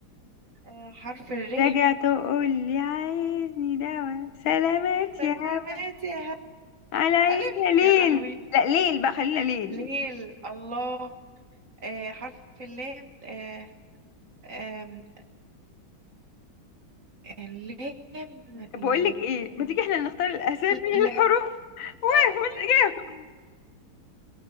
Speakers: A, on the right; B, on the left.
A: آه حرف الر
B: راجع تقول لي عايزني دوا سلامات
A: سلامات
B: يا هوا
A: يا هب
B: على عيني
A: ألف
B: يا ليل
A: يا لهوي
B: لا ليل بقى خلينا ليل
A: ليل الله آه حرف اللام آه آم، اللام
B: طب
A: ال-
B: بقول لك ايه ما تيجي احنا نختار الاسامي من
A: لا
B: الحروف <laughs> و-
A: ترى
B: والاجابه
A: مني